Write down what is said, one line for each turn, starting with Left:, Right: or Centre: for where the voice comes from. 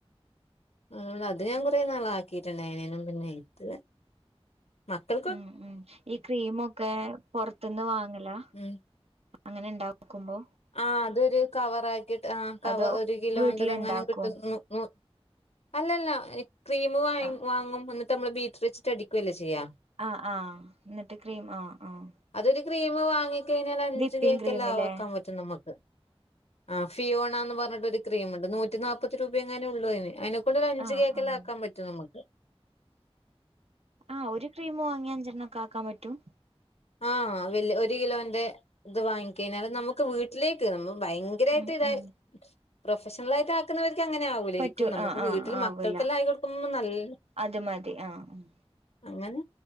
Left: ഉം അത്‌ ഞാൻ കൊറേ നാള് ആക്കിട്ട്ണ്ടായ്നേനും പിന്നെ ഇത് മക്കൾ
Right: ഉം ഉം ഈ ക്രീമൊക്കെ പൊറത്ത്ന്ന് വാങ്ങലാ
Left: ഉം
Right: അങ്ങനെ ഇണ്ടാക്കുമ്പൊ
Left: ആഹ് അതൊരു കവറ് ആക്കിയ്ട്ട് ആഹ് കവ
Right: അതോ
Left: ഒര് കിലോന്റതങ്ങനെ
Right: വീട്ടില് ഇണ്ടാക്കോ
Left: കിട്ടും ന്നൂ ന്നൂ അല്ലല്ല ക്രീം വാങ്ങി
Right: ആഹ്
Left: വാങ്ങും എന്നിട്ട് നമ്മള് ബീറ്റ്ർ വെച്ചിട്ട് അടിക്കുവല്ലേ ചെയ്യാ
Right: ആഹ് ആഹ് എന്നിട്ട് ക്രീം ആഹ് ആഹ്
Left: അതൊരു ക്രീം വാങ്ങിക്കഴിഞ്ഞാല് അഞ്ച്
Right: വിപ്പിംഗ്
Left: കേക്കെല്ലാം
Right: ക്രീമില്ലേ
Left: ആവക്കാൻ പ റ്റും നമ്മക്ക് ആഹ് ഫിയോണന്നും പർഞ്ഞിട്ട് ഒര് ക്രീമ്ണ്ട് നൂറ്റി നാപ്പത് രൂപയെങ്ങാനും ഒള്ളൂ അയ്ന് അയ്നെക്കൊണ്ട് ഒരു അഞ്ച്
Right: ആഹ്
Left: കേക്കല്ലാം
Right: ആഹ്
Left: ആക്കാൻ പറ്റും നമ്മ്ക്ക്
Right: ആഹ് ഒരു ക്രീമ് വാങ്ങിയ അഞ്ചെണ്ണം ഒക്കെ ആക്കാം പറ്റും
Left: ആഹ് വെല്ല്യെ ഒരു കിലോന്റെ ഇത് വാങ്ങിക്കെയ്ഞ്ഞാല് നമുക്ക് വീ ട്ടിലേക്ക് നമ്മ ഭയങ്കരായിട്ട്
Right: ഉം
Left: ഇത്
Right: ഉം
Left: പ്രൊഫഷണലായിട്ട് ആ ക്കുന്നവർക്ക് അങ്ങനെ ആകൂലരിക്കും
Right: പറ്റൂ
Left: നമുക്ക്
Right: ആഹ് ആഹ്
Left: വീട്ടിൽ
Right: ആവൂല
Left: മക്കൾക്കെല്ലാം ആയി കൊടുക്കുമ്പോ നല്ല
Right: അത് മതി ആഹ്
Left: അങ്ങനെ